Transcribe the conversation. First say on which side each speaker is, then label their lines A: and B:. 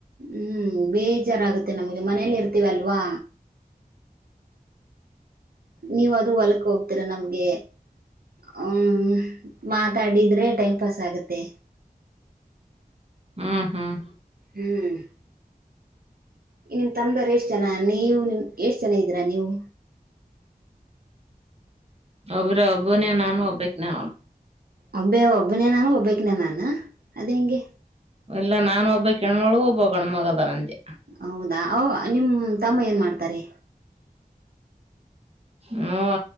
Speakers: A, on the right; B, on the right.
A: ಹ್ಮ್ ಬೇಜಾರಾಗುತ್ತೆ ನಮಗೆ ಮನೇಲಿ ಇರ್ತೀವ ಅಲ್ವಾ ನೀವ ಅದ್ರು ಹೊಲಕ್ ಹೋಗ್ತೀರ ನಮ್ಗೆ ಹ್ಮ ಮಾತಾಡಿದ್ರೆ ಟೈಮ್ ಪಾಸ್ ಆಗತ್ತೆ
B: ಹ್ಮ್ ಹ್ಮ್
A: ಹ್ಮ್ ನಿಮ್ ತಮದಾರ್ ಎಷ್ಟ್ ಜನ ನೀವು ನಿಮ ಎಷ್ಟ್ ಜನ ಇದೀರಾ ನೀವು
B: ಒಬ್ಬ್ರ ಒಬ್ಬನೇ ನಾನು ಒಬ್ಬಕ್ನೆ ಅವನು
A: ಒಬ್ಬೇ ಒಬ್ಬನೇ ನಾನು ಒಬ್ಬಕ್ನೆ ನಾನು ನಾ ಅದು ಹೆಂಗೆ.
B: ವಿಲ್ಲ ನಾನು ಒಬ್ಬಿಕ ಕೆಣ್ಮೊಳು ಒಬ್ಬ ಗಣ್ಮಗ ಅದಾರ ಅಂದೇ.
A: ಹೌದಾ ನಿಮ್ಮ ತಮ್ಮ ಏನು ಮಾಡ್ತಾರೆ
B: ಮ್ಮುವಾ